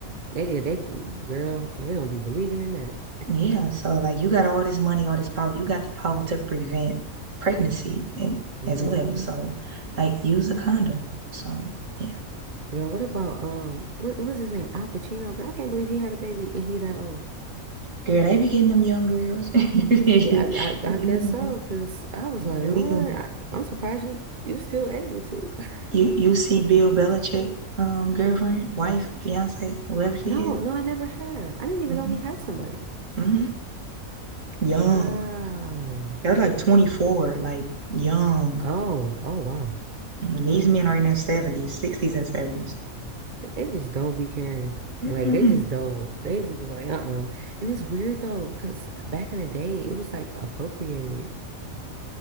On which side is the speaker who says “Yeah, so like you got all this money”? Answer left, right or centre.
Right